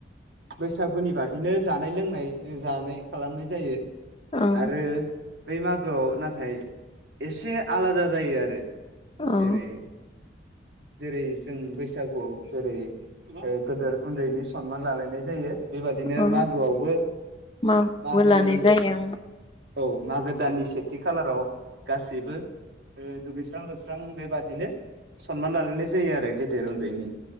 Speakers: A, on the right (about 65°); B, on the left (about 30°).
A: बैसागुनि बादिनो जानाय लोंनाय जानाय खालामनाय जायो।
B: ओं
A: आरो बै मागोआव नाथाय एसे आलादा जायो आरो।
B: औ
A: जेरै जेरै जों बैसागुआव जेरै गदेर उन्दैनि सनमान लालायनाय जायो। बेबादिनो
B: औ
A: मागोआवबो
B: मागोबो
A: मागोनि
B: लानाय जायो
A: औ मागो दाननि सेथि खालाराव गासैबो दुगैस्रां लुस्रां बेबादिनो सनमान लालायनाय जायो आरो गेदेर उन्दैनि